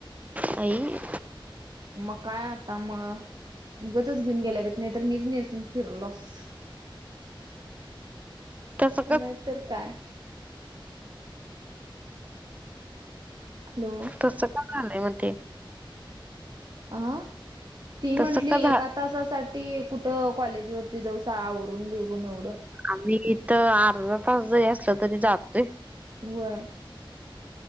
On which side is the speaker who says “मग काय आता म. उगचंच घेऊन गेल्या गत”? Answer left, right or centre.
Right